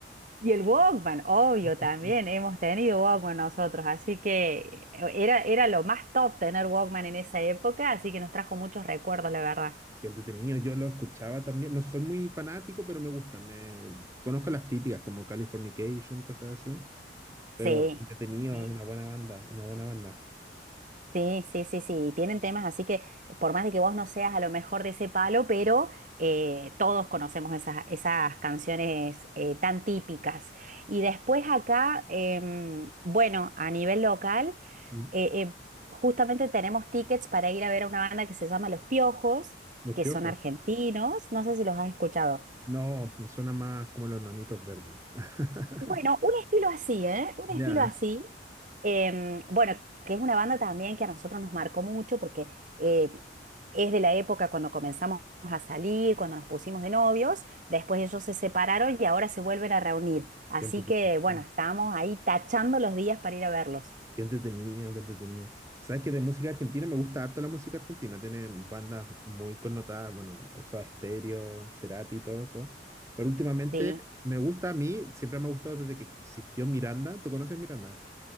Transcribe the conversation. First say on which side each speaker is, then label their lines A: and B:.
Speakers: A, on the right; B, on the right.
A: Y el Walkman, obvio,
B: Estas
A: también
B: cosas.
A: hemos tenido Walkman nosotros, así que eh, era, era lo más top tener Walkman en esa época, así que nos trajo muchos recuerdos, la verdad.
B: Qué entretenido, yo lo escuchaba también. No soy muy fanático, pero me gusta. Me... Conozco las típicas como Californication, cosas así. Pero
A: Sí.
B: entretenido,
A: sí.
B: es una buena banda, una buena banda.
A: Sí, sí, sí, sí, y tienen temas, así que por más de que vos no seas a lo mejor de ese palo, pero eh, todos conocemos esas, esas canciones eh, tan típicas. Y después acá, em, bueno, a nivel local,
B: Mm.
A: eh, eh, justamente tenemos tickets para ir a ver a una banda que se llama Los Piojos,
B: Los
A: que
B: Piojos.
A: son argentinos, no sé si los has escuchado.
B: No, me suena más como los Nanitos Verdes. <laughs>
A: Bueno, un estilo así, ¿eh? Un estilo
B: Ya,
A: así. Em, bueno, que es una banda también que a nosotros nos marcó mucho porque eh, es de la época cuando comenzamos a salir, cuando nos pusimos de novios, después ellos se separaron y ahora se vuelven a reunir. Así
B: qué entretenido.
A: que bueno, estamos ahí tachando los días para ir a verlos.
B: Qué entretenido, qué entretenido. Sabes que de música argentina me gusta harto la música argentina. Tienen bandas muy connotadas, bueno, eso Estéreo, Cerati y todo eso. Pero últimamente
A: Sí,
B: me gusta a mí, siempre me ha gustado desde que existió Miranda. ¿Tú conoces Miranda?